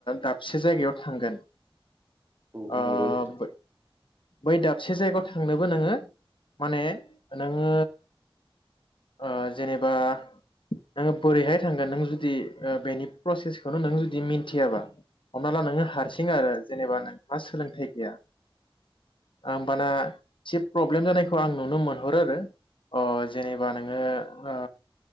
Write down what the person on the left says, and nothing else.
दा से जायगायाव थांगोन।
ओ
बै दाबसे जायगायाव थांनोबो नोङो माने नोङो ओ जेनेबा नोङो बोरैहाय थांगोन नों जुदि ओ बेनि प्रसेसखौनो नों जुदि मिथियाबा। हमना ला नोङो हारसिंआरो जेनेबा नोंहा सोलोंथाइ गैया होमबाना सि प्रब्लेम जानायखौ आं नुनो मोनहरो आरो अ जेनेबा नोङो ओ